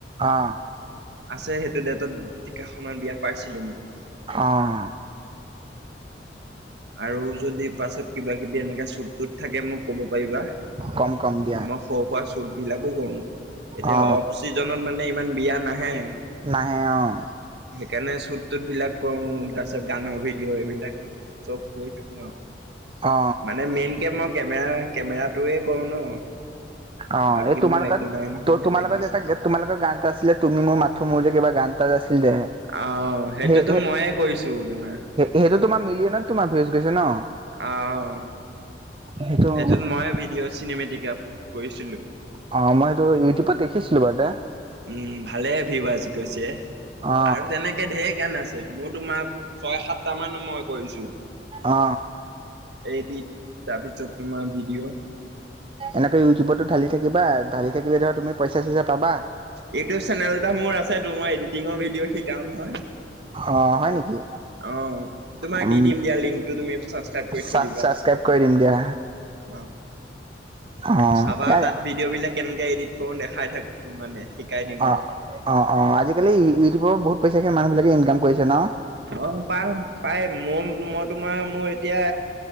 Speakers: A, on the right; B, on the right.
A: অ
B: আছে সেইটো ডেটত, তিকা সমান বিয়া পাইছিলো মই।
A: অ',
B: আৰু যদি পাছত কিবা কিবি এনেকা স্বুততুত থাকে মোক কব পাৰিবা।
A: কম কম দিয়া
B: মই সৰুপৰা স্বুত বিলাকো কৰো এতিয়া
A: অ
B: অফ চিজনত মান। মানে ইমান বিয়া নাহে।
A: নাহে অ',
B: কেনে স্বুততুত বিলাক কৰু তাৰপিছত গানৰ ভিডিঅ' এইবিলাক চব কৰি থাকো আৰু
A: অ
B: মানে মেইনকে মই। কেমেৰা-কেমেৰাটোৱে কৰো ন।
A: অ'
B: বাকী
A: এই তোমালোকত
B: মোৰ একো নাই নহয় বেলেগ
A: তোমালোকৰ
B: বিজনেছ।
A: যে এটা তোমালোকৰ গান এটা আছিলে তুমি মোৰ মাথো মোৰ যে কিবা। গানটা যে আছিল যে।
B: আহ সেইটোতো
A: সেই
B: ময়ে কৰিছো তোমাৰ
A: সেইটো তোমাৰ মিলিয়ে নত তোমাৰ ভিউজ। গৈছে ন।
B: অহ,
A: সেইটো
B: সেইটোত মই ভিডেও চিনেমেটেকাপ কৈছিলো
A: অ মই এইটো ইউটিউবত দেখিছিলো বাৰুতে
B: উম, ভালেই ভিয়োজ গৈছে
A: অ
B: আৰু তেনেকে ধেৰ গান আছে মোৰ তোমাৰ ছয় সাতটামান মই কৰিছো।
A: অ
B: এডিট তাৰপিছত তোমাৰ ভিডিঅ'
A: এনেকৈ ইউটিউবতো ঢালি থাকিবা ঢালি থাকিলে ধৰ তুমি পইচা চইচা পাবা।
B: ইউটিউব চেনেল এটা মোৰ আছে মই এডিটিঙৰ ভিডিঅ শিকাও নহয়।
A: অ, হয় নেকি?
B: অ, তোমাক
A: উম
B: দি দিম দিয়া লিংকটো তুমি ছাবস্ক্ৰাইব কৰি
A: ছাবস্ক্ৰাইব
B: থৈ দিবা।
A: কৰি দিম দিয়া
B: অহ ',
A: <inaudible>
B: চাবা
A: এ
B: তাত ভিডিঅ' বিলাক কেনেকে এডিট কৰো দেখাই থাক মানে শিকাই দিও
A: অ
B: আৰু।
A: অ - অ আজিকালি ইউটিউবৰ বহুত পইচা সে মানুহ বিলাকে ইনকাম কৰিছে ন।
B: অ, পা - পাই মোৰ মই তোমাৰ মোৰ এতিয়া